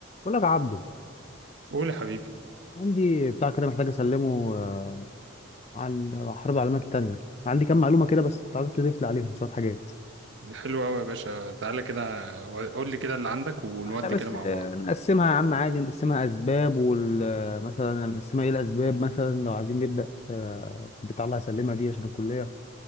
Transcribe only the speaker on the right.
قول يا حبيبي
حلو قوي يا باشا تعالى كده قول لي كده اللي عندك ونودي
كده مع
بعض